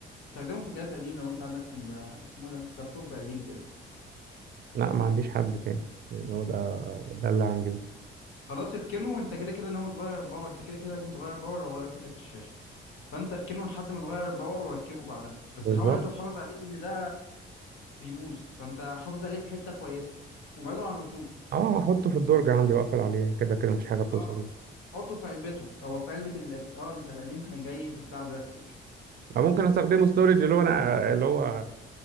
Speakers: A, on the left (about 80°); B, on the right (about 50°).
A: استخدمه في جهاز قديم لو انت عندك كم... اسمه إيه ده لابتوب قديم كده
B: لا ما عنديش حد تاني يعني هو ده ده اللي عندي بس
A: خلاص اركنه انت كده كده ناوي تغير باور انت كده كده لازم تغير باور لو غيرت كارت الشاشه فانت اركنه لحد ما تغير الباور وركبه بعدها بس
B: بالظبط
A: حاول ان انت تحافظ عليه لان ده بيبوظ فانت حافظ عليه في حته كويسه وبعده عن الرطوبه
B: اه هحطه في الدرج عندي واقفل عليه كده كده مفيش حاجه بتوصل
A: اه حطه في علبته او في علبه القديم اه انت القديم كان جاي في بتاع بلاستيك
B: او ممكن استخدمه ستورج اللي هو انا اللي هو